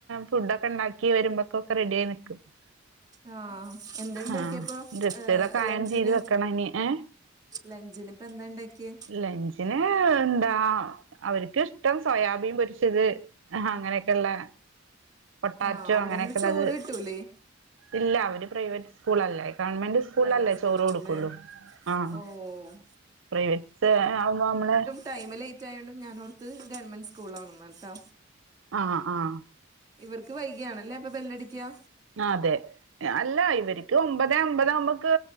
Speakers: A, on the right; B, on the right.
A: ഫുഡൊക്കെ ഉണ്ടാക്കി വരുമ്പൊക്കെ റെഡിയായി നിക്കും <inaudible>
B: ആഹ് എന്താണ്ടാക്കിയപ്പൊ
A: ആഹ് ഗസ്റ്റുകളൊക്കെ
B: ഏഹ്
A: അയൺ
B: ലഞ്ചിന്
A: ചെയ്ത് വെക്കണം ഇനി ഏ
B: ലഞ്ചിനിപ്പെന്താണ്ടാക്കിയെ
A: ലഞ്ചിന് എന്താ അവർക്കിഷ്ടം സോയാബീൻ പൊരിച്ചത് ആ അങ്ങനെക്കെള്ളെ പൊട്ടാറ്റോ
B: ആഹ് അവിടെന്ന്
A: അങ്ങനെയൊക്കെള്ളത്
B: ചോറ് കിട്ടൂലേ
A: ഇല്ല അവര് പ്രൈവറ്റ് സ്കൂളല്ലേ ഗവൺമെന്റ് സ്കൂളിലല്ലേ
B: പ്രൈവറ്റ് സ്കൂളാണല്ലേ
A: ചോറ് കൊടുക്കുള്ളൂ ആഹ്
B: ഓഹ്
A: പ്രൈവറ്റ്സ് ആവുമ്പോ അമ്മളെ
B: ടൈം ലെയ്റ്റായോണ്ട് ഞാനോർത്ത് ഗവൺമെന്റ് സ്കൂളാണെന്ന്ട്ടോ
A: ആഹ് ആഹ്
B: ഇവർക്ക് വൈകിയാണല്ലേ അപ്പോ ബെല്ലടിക്കാ
A: അതെ അല്ല ഇവര്ക്ക് ഒമ്പത് ഒമ്പതേ അമ്പതാകുമ്പക്ക്